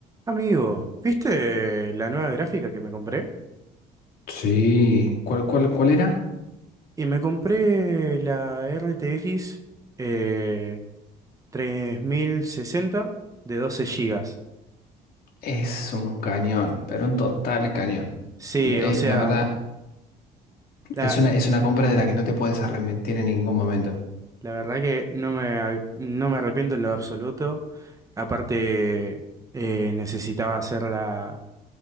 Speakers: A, on the right; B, on the left.
A: Amigo, ¿viste la nueva gráfica que me compré?
B: Sí, ¿cuál, cuál, cuál era?
A: Y me compré la RTX eh, 3060 de 12 gigas.
B: Es un cañón, pero un total cañón.
A: Sí,
B: Eh,
A: o sea,
B: la verdad,
A: la,
B: es una, es una compra de la que no te puedes arrepentir en ningún momento.
A: la verdad que no me, ar- no me arrepiento en lo absoluto. Aparte, eh, necesitaba hacer la...